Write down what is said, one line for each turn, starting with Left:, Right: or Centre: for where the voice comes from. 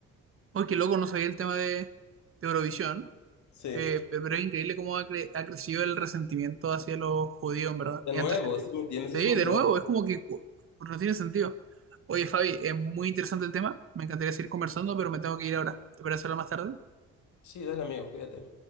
Right: Oye, qué loco, no sabía el tema de, de Eurovisión,
Left: Sí.
Right: eh, pe- pero es increíble cómo ha, cre- ha crecido el resentimiento hacia los judíos, en verdad.
Left: De
Right: Y
Left: nuevo,
Right: antes,
Left: si me entiendes?
Right: sí,
Left: Es muy
Right: de
Left: loco.
Right: nuevo, es como que cu- no tiene sentido. Oye, Fabi, es muy interesante el tema, me encantaría seguir conversando, pero me tengo que ir ahora. ¿Te parece hablar más tarde?
Left: Sí, dale amigo, cuídate.